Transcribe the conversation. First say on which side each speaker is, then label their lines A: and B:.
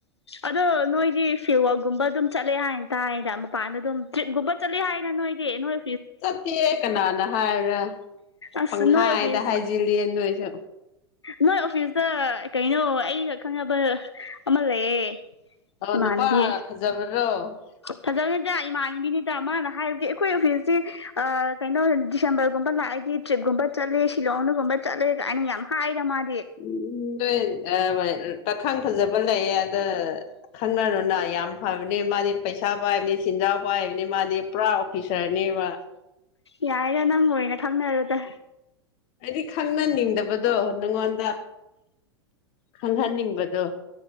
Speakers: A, on the left (about 80°); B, on the left (about 45°).
A: ꯑꯗꯣ ꯅꯣꯏꯗꯤ ꯐꯤꯋꯒꯨꯝꯕ ꯑꯗꯨꯝ ꯆꯠꯂꯦ ꯍꯥꯏꯅꯇꯥꯗ ꯃꯄꯥꯟꯗ ꯑꯗꯨꯝ ꯇ꯭ꯔꯤꯞꯒꯨꯝꯕ ꯆꯠꯂꯦ ꯍꯥꯏꯅ ꯣꯏꯗꯤꯦ ꯅꯩꯅꯣꯏ
B: ꯆꯠꯇꯦ ꯀꯅꯥꯅ ꯍꯥꯏꯕ꯭ꯔꯥ
A: ꯑꯁ
B: ꯄꯪꯈꯥꯏꯗ
A: ꯅꯣꯏ ꯑꯣꯐꯤꯁ
B: ꯍꯥꯏꯖꯤꯔꯤꯌꯦ ꯅꯣꯏꯁꯨ
A: ꯅꯣꯏ ꯑꯣꯐꯤꯁꯇ ꯀꯩꯅꯣ ꯑꯩꯒ ꯈꯪꯅꯕ ꯑꯃ ꯂꯩꯌꯦ
B: ꯑꯣ
A: ꯏꯃꯥꯟꯅꯕꯤ
B: ꯅꯨꯄꯥ ꯐꯖꯕ꯭ꯔꯣ
A: ꯐꯖꯕꯅꯤꯗ ꯏꯃꯥꯟꯕꯤꯅꯤꯗ ꯃꯥꯅ ꯍꯥꯏ ꯑꯩꯈꯣꯏ ꯑꯣꯐꯤꯁꯁꯤ ꯀꯩꯅꯣ ꯗꯤꯁꯦꯝꯕꯔꯒꯨꯝꯕ ꯂꯥꯛꯑꯗꯤ ꯇ꯭ꯔꯤꯞꯀꯨꯝꯕ ꯆꯠꯂꯦ ꯁꯤꯂꯣꯡꯅꯒꯨꯝꯕ ꯆꯠꯂꯦ ꯑꯅꯤ ꯌꯥꯝ ꯍꯥꯏꯗ ꯃꯥ
B: ꯎꯝ ꯎ ꯅꯣꯏ ꯄꯥꯈꯪ ꯐꯖꯕ ꯂꯩꯌꯦ ꯑꯗ ꯈꯪꯅꯔꯨꯅ ꯌꯥꯝ ꯐꯕꯅꯤ ꯃꯥꯗꯤ ꯄꯩꯁꯥ ꯄꯥꯏꯕꯅꯤ ꯆꯤꯟꯖꯥꯎ ꯄꯥꯏꯕꯅꯤ ꯃꯥꯗꯤ ꯄꯨꯔꯥ ꯑꯣꯐꯤꯁꯔꯅꯦꯕ
A: ꯌꯥꯔꯦ ꯅꯪ ꯑꯣꯏꯅ ꯈꯪꯅꯔꯣꯗ
B: ꯑꯩꯗꯤ ꯈꯪꯅꯅꯤꯡꯗꯕꯗꯣ ꯅꯪꯉꯣꯟꯗ ꯈꯪꯍꯟꯅꯤꯡꯕꯗꯣ